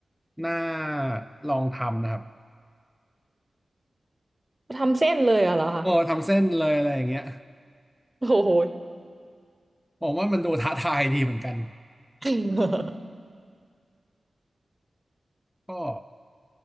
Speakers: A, in the centre; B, on the right (about 20°).
A: น่าลองทำนะครับ
B: ทำเส้นเลยอะเหรอคะ
A: โอ้ทำเส้นเลยอะไรอย่างเงี้ย
B: โอ้โห
A: ผมว่ามันดูท้าทายดีเหมือนกัน
B: <laughs>
A: ก็